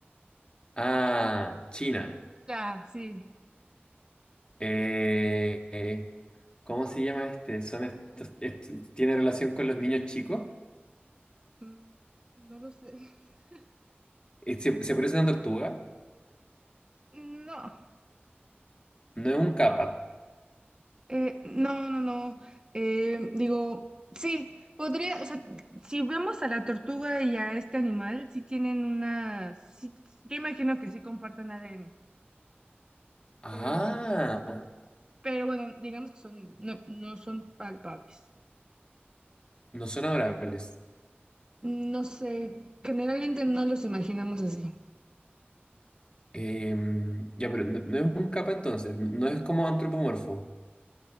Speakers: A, on the left; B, on the right.
A: ah, China.
B: ya, sí.
A: Eh, eh, ¿cómo se llama este? Son estos, est- tiene relación con los niños chicos.
B: Mm, No lo sé. <laughs>
A: Eh, Se, se parece a una tortuga,
B: No,
A: no es un capa.
B: eh, no, no, no. Eh, digo, sí, podría, o sea, si vemos a la tortuga y a este animal, sí tienen una, sí, yo imagino que sí comparten ADN,
A: Ah,
B: pero, pero bueno, digamos que son, no, no son palpables.
A: no son adorables.
B: No sé, generalmente no los imaginamos así.
A: Em, ya, pero no, no es un capa entonces, no es como antropomorfo.